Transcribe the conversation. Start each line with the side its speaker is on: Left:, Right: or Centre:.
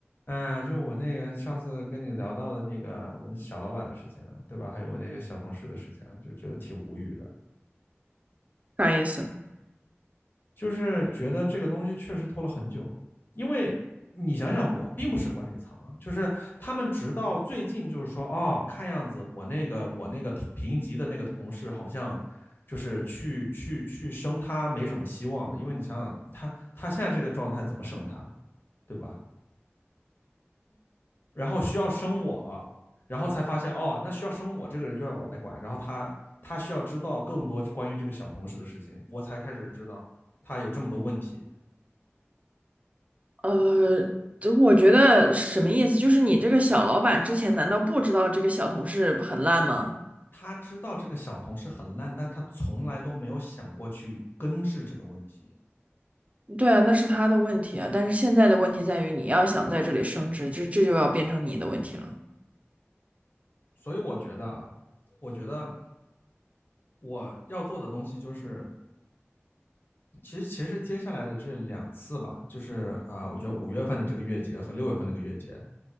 Left: 哎呀，就是我那个上次跟你聊到的那个我那小老板的事情啊对吧？还有我那个小同事的事情啊就觉得挺无语的，
Right: 啥意思？
Left: 就是觉得这个东西确实拖了很久，因为你想想，我并不是管理层啊就是他们直到最近就是说，哦，看样子我那个我那个同评级的那个同事好像就是去去去升他没什么希望了，因为你想想他他现在这个状态怎么升他，对吧？然后需要生我，然后才发现哦，那需要生我这个人就要我来管，然后他他需要知道更多关于这个小同事的事情，我才开始知道他有这么多问题。
Right: 呃，就我觉得什么意思？就是你这个小老板之前难道不知道这个小同事很烂吗？
Left: 他知道这个小同事很烂，但他从来都没有想过去根治这个问题。
Right: 对啊，那是他的问题啊。但是现在的问题在于，你要想在这里升职，这这就要变成你的问题了。
Left: 所以我觉得啊，我觉得我要做的东西就是其实其实接下来的这两次吧，就是啊、呃我觉得五月份的这个月结和六月份的这个月结，